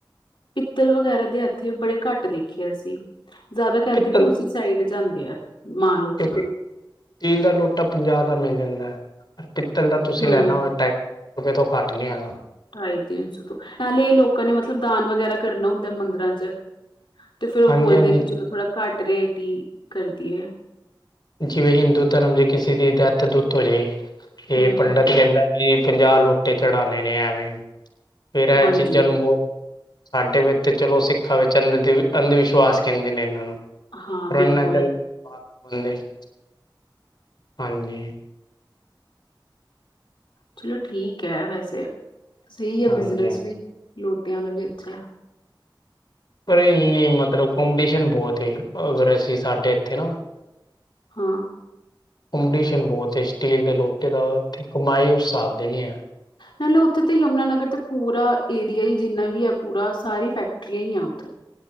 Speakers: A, on the left; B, on the left.
A: ਪਿੱਤਲ ਵਗੈਰਾ ਦੇ ਏਥੇ ਬੜੇ ਘੱਟ ਦੇਖਿਆ ਸੀ ਜ਼ਿਆਦਾ ਕਹਿੰਦੇ
B: ਪਿੱਤਲ
A: ਕਿ ਉਸ ਸਾਈਡ ਜਾਂਦੇ ਆ ਮਾਲ ਉੱਥੋਂ
B: ਕਿਉਂਕਿ
A: ਦਾ
B: ਸਟੀਲ ਦਾ ਲੋਟਾ ਪੰਜਾਹ ਦਾ ਮਿਲ ਜਾਂਦਾ ਪਿੱਤਲ ਦਾ ਤੁਸੀਂ
A: ਹੂੰ,
B: ਲੈਣਾ ਹੋਵੇ ਢਾਈ ਰੁਪਏ ਤੋਂ ਘੱਟ ਨਹੀਂ ਹੈਗਾ
A: ਢਾਈ ਤਿੰਨ ਸੌ ਤੋਂ ਪਹਿਲੇ ਲੋਕਾਂ ਨੇ ਮਤਲਬ ਦਾਨ ਵਗੈਰਾ ਕਰਨਾ ਹੁੰਦਾ ਮੰਦਿਰਾਂ ਚ ਤੇ ਫੇਰ ਉਹ
B: ਹਾਂਜੀ
A: ਬੋਲਦੇ
B: ਹਾਂਜੀ
A: ਕਿ ਚਲੋ ਥੋੜਾ ਘੱਟ ਰੇਟ ਹੀ ਕਰਦੀ ਹੈ।
B: ਜਿਵੇਂ ਹਿੰਦੂ ਧਰਮ ਜੇ ਕਿਸੇ ਦੀ ਦੇਥ ਦੁੱਥ ਹੋ ਜਏ ਇਹ
A: ਹੂੰ,
B: ਪੰਡਿਤ ਕਹਿੰਦਾ ਵੀ ਪੰਜਾਹ ਲੋਟੇ ਚੜਾਉਂਣੇ ਨੇ ਐਵੇਂ ਫਿਰ
A: ਹਾਂਜੀ।
B: ਇਹ ਚੀਜ਼ਾਂ ਨੂੰ ਬਹੁਤ ਸਾਡੇ ਵਿੱਚ ਚਲੋ ਸਿੱਖਾਂ ਵਿੱਚ ਅੰਧ ਅੰਧ ਵਿਸ਼ਵਾਸ ਕਹਿੰਦੇ ਨੇ ਇਹਨਾਂ ਨੂੰ <unintelligible>
A: ਹਾਂ, ਬਿਲਕੁਲ
B: ਹਾਂਜੀ
A: ਚਲੋ ਠੀਕ ਹੈ ਵੈਸੇ ਸਹੀ ਹੈ,
B: ਹਾਂਜੀ
A: ਬਿਜਨਸ
B: ਹਾਂਜੀ
A: ਵੀ ਲੋਟਿਆਂ ਦਾ ਵੀ ਅੱਛਾ
B: ਪਰ ਇੰਨੀ ਮਤਲਬ ਕੰਪੀਟੀਸ਼ਨ ਬਹੁਤ ਅਗਰ ਅਸੀਂ ਸਾਡੇ ਇੱਥੇ ਨਾ
A: ਹਾਂ
B: ਕੰਪਟੀਸ਼ਨ ਬਹੁਤ ਸਟੀਲ ਦੇ ਲੋਟੇ ਦਾ ਤੇ ਕਮਾਈ ਉਸ ਹਿਸਾਬ ਦੇ ਨਹੀਂ
A: ਨਾਲ ਉੱਥੇ ਯਮੁਨਾਨਗਰ ਤੇ ਪੂਰਾ ਏਰੀਆ ਹੀ ਜਿੰਨਾ ਵੀ ਹੈ ਪੂਰਾ ਸਾਰੀ ਫੈਕਟਰੀਆਂ ਹੀ ਹੈ ਉੱਥੇ